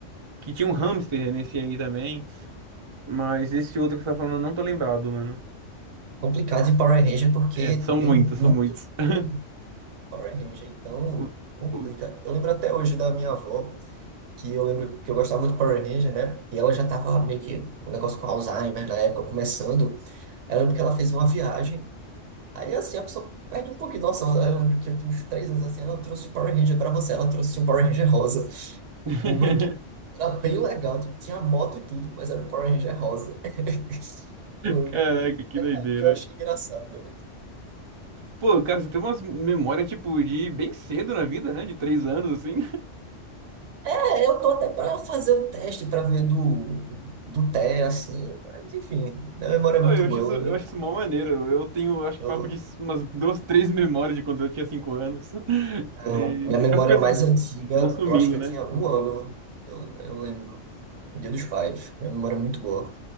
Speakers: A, on the right; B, on the right.
A: que tinha um hamster nesse aí também. Mas esse outro que você tá falando, eu não tô lembrado, mano.
B: Complicado de Power Ranger porque
A: É, são
B: tem
A: muitos,
B: muito,
A: são muitos. <laughs>
B: tem muito Power Ranger, então
A: O-
B: complica.
A: o-
B: Eu lembro até hoje da minha avó. que eu lembro que eu gostava muito de Power Ranger, né? E ela já tava meio que um negócio com Alzheimer na época, começando. Aí eu lembro que ela fez uma viagem. Aí assim, a pessoa perde um pouquinho de noção. Aí Eu lembro que eu tinha uns três anos assim, ela trouxe o Power Ranger pra você, ela trouxe um Power Ranger rosa.
A: <laughs>
B: O brinquedo era bem legal, tipo, tinha moto e tudo, mas era um Power Ranger rosa. <laughs> Eu lembro
A: Caraca,
B: que
A: que doideira.
B: até na época eu achei engraçado.
A: Pô, cara, você tem umas memórias, tipo, de bem cedo na vida, né? De três anos, assim.
B: É, eu tô até pra fazer um teste pra ver do, do Té, assim, mas enfim, minha memória
A: Pô,
B: é muito
A: eu acho
B: boa.
A: isso,
B: Eu lembro.
A: eu acho isso mó maneiro. Eu tenho, acho que
B: Eu
A: papo de umas duas, três <laughs> memórias de quando eu tinha cinco anos. <laughs>
B: Não,
A: E
B: minha memória
A: que as coisas
B: mais antiga,
A: vão sumindo,
B: eu acho que
A: né?
B: eu tinha um ano, eu, eu lembro. O Dia dos Pais. Minha memória é muito boa.